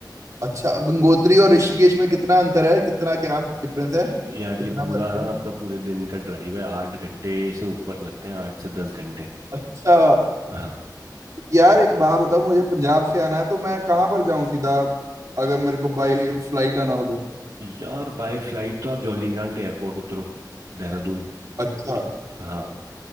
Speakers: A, on the right (about 50°); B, on the right (about 70°).
A: अच्छा गंगोत्री और ऋषिकेश में कितना अंतर है कितना क्या डिफरेंस है
B: ये- यार
A: कितना
B: ये पूरा
A: फर्क
B: ना
A: है
B: आपका पूरे दिन का ड्राइव है आठ घंटे से ऊपर लगते हैं आठ से दस घंटे
A: अच्छा
B: हाँ
A: यार एक बात बताओ मुझे पंजाब से आना है तो मैं कहाँ पर जाऊं सीधा अगर मेरे को बाई फ्लाइट आना हो तो
B: यार बाय फ्लाइट तो आप जॉली ग्रांट एयरपोर्ट उतरो देहरादून
A: अच्छा
B: हाँ